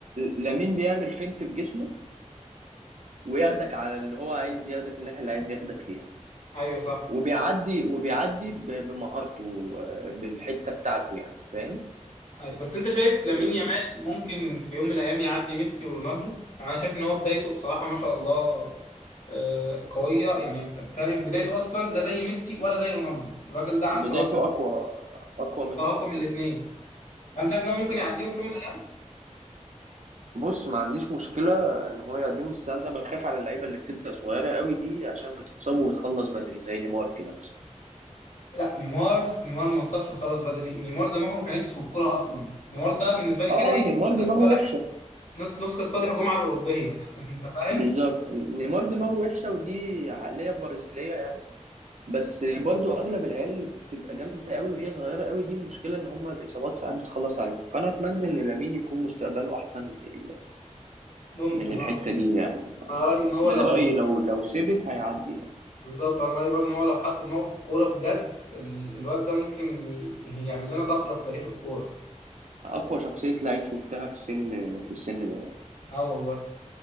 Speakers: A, on the right (about 70°); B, on the left (about 75°).
A: لامين بيعمل فينت بجسمه وياخدك على اللي هو عايز ياخدك الناحية اللي عايز ياخدك فيها
B: ايوه صح
A: وبيعدي وبيعدي ب- بمهارته آه، بالحتة بتاعته يعني فاهم
B: أيوة، بس انت شايف لامين
A: آه،
B: يامال ممكن في يوم من الايام يعدي ميسي ورونالدو يعني انا شايف ان هو بدايته بصراحه ما شاء الله آه، قويه يعني انت بتهيألي بدايته اصلا لا زي ميسي ولا زي رونالدو الراجل ده عنده
A: بدايته
B: 17
A: أقوى أقوى منه
B: سنه رقم الاثنين انا شايف ان هو ممكن يعديهم في يوم من الايام
A: بص ما عنديش مشكلة إن هو يقدم بس أنا بخاف على اللعيبة اللي بتبدأ صغيرة قوي دي عشان بتتصاب وتخلص بدري زي نيمار كده مثلا
B: لا نيمار نيمار ما اتصابش وخلاص بدري نيمار دماغه ما كانتش بالكوره اصلا نيمار ده بالنسبه لي
A: اه
B: كده ايه
A: نيمار
B: نسخه
A: دماغه
B: صالح
A: وحشة
B: نس- نسخه صالح جمعه الاوروبيه <laughs> انت فاهم
A: بالظبط نيمار دماغه وحشة ودي عقلية برازيلية يعني. بس برضو اغلب العيال اللي بتبقى جامده قوي وهي صغيره قوي دي مشكله ان هم الاصابات ساعات بتخلص عليهم فانا اتمنى ان لامين يكون مستقبله احسن من ال...
B: ممكن
A: من الحته
B: اه
A: دي يعني
B: انا رايي ان
A: بس
B: هو
A: من
B: لو
A: رايي
B: لو
A: لو لو سبت هيعدي يعني
B: بالظبط انا رايي برضه ان هو لو حط دماغه في الكوره بجد ال- الواد ده ممكن ي- يعمل لنا طفره في تاريخ الكوره
A: اقوى شخصيه لعيب شفتها في سن في السن ده يعني.
B: اه والله